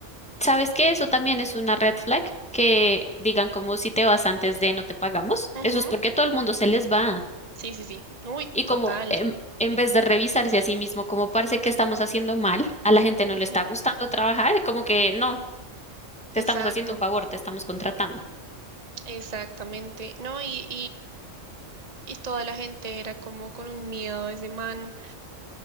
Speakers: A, in the centre; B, on the right.
A: ¿sabes qué? Eso también es una red flag que digan como si te vas antes de no te pagamos.
B: Ujú,
A: Eso es porque todo el mundo se les va.
B: Sí, sí, sí. Uy,
A: Y
B: total.
A: como en, en vez de revisarse a sí mismo, como parece que estamos haciendo mal, a la gente no
B: Ujú,
A: le está gustando trabajar, como que no. Te estamos
B: Exacto,
A: haciendo un favor, te estamos contratando.
B: exactamente. No, y, y toda la gente era como con un miedo de ese man.